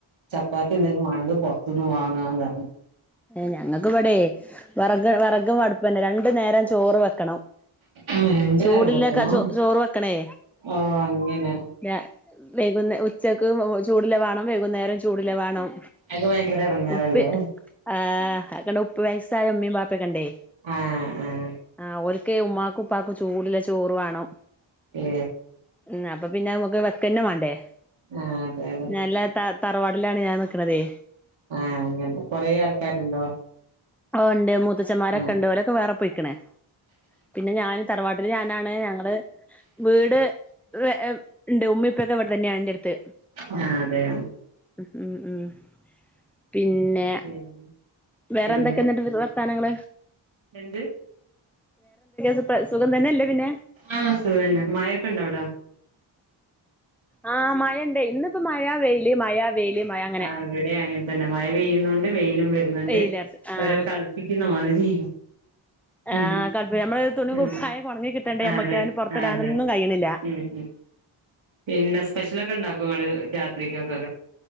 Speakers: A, on the right; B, in the centre.
A: ചപ്പാത്തി എന്തെങ്കിലും വണെങ്കിൽ പുറത്തിനിന്ന് വാങ്ങാന്ന് പറഞ്ഞു
B: ഏ ഞങ്ങക്ക് ഇവിടെ വറഗ വെറഗും അടുപ്പന്നെ രണ്ടു നേരം ചോറ് വെക്കണം
A: ആ രണ്ടു
B: ചൂടില്ലക്ക
A: നേരം വെക്കണോ
B: ചോ ചോറ് വെക്കണേ
A: ഓ അങ്ങനെ
B: ല്ല വെയ്കുന്നേ ഉ ഉച്ചക്ക് ചൂടിലെ വണം വൈകുന്നേരം ചൂടില വണം
A: അതൊക്കെ ഭയങ്കര എടങ്ങേറല്ലേ
B: ഉപ്പ് ആഹ് അക്കണ്ട ഉപ്പ് വയസ്സായ ഉമ്മയും പാപ്പൊക്കെണ്ടേ
A: ആഹ് ആഹ്
B: ആ ഓൽ ക്കെ ഉമ്മാക്കും ഉപ്പാക്കും ചൂടില്ല ചോറ് വാണം
A: ഹെ
B: ഉ അപ്പൊ പിന്നെ നമുക്ക് വെക്കന്നെ വാണ്ടേ
A: ആഹ് അതെ അതെ
B: നല്ല ത തറവാട്ടിലാണ് ഞാൻ നിൽക്കണതേ
A: ആഹ് അങ്ങനെ കൊറെ ആൾക്കാരുണ്ടോ
B: ഓ ഇണ്ട് മൂത്തച്ചമാരൊക്കെ
A: ആഹ്
B: ഇണ്ട്ഓലൊക്കെ വേറെ പൊയിക്കണ് പിന്നെ ഞാന് തറവാട്ടില് ഞാനാണ് ഞങ്ങള് വീട് ഏ വേ ഇണ്ട് ഉമ്മിപ്പൊക്കെ ഇവിടെ തന്നെയ ന്റെ അടുത്ത്
A: ആ ഹ്അതെയൊ
B: ഉ ഉം ഉം പിന്നെ
A: പിന്നെ
B: വേറെന്തൊക്കെ
A: എന്ത്
B: എന്നിട്ട് <unintelligible> വർത്താനങ്ങൾ
A: എന്ത്
B: സു സുഖം തന്നെയല്ലേ പിന്നെ
A: ആഹ് സുഖന്നെ മഴൊക്കെണ്ടോവിടാ
B: ആഹ് മഴണ്ട് ഇന്നിപ്പോ മഴ വെയില് മഴ വെയില് മഴ അങ്ങനെ
A: ആഹ് ഇവിടെ അങ്ങനെ തന്നെ മഴ പെയ്യുന്നുണ്ട് വെയിലും വരുന്നുണ്ട്
B: വെയിലറച്ച് ആഹ്
A: അവര കളിപ്പിക്കുന്നു മതിരി
B: ആഹ്
A: ഉം
B: കുഴപ്പല്ല നമ്മള് തുണി
A: ഉം
B: കുപ്പായൊക്കെ ഉണങ്ങി കിട്ടണ്ടേ നമ്മക്ക്
A: അതെ
B: അതിന് പുറത്തിടാനൊന്നും
A: അതെ
B: കഴിയണില്ല
A: ഉം പിന്നെ സ്പെഷ്യലൊക്കെ ഇണ്ടാക്കൊ ഇങ്ങൾ രാത്രിക്കൊക്കെ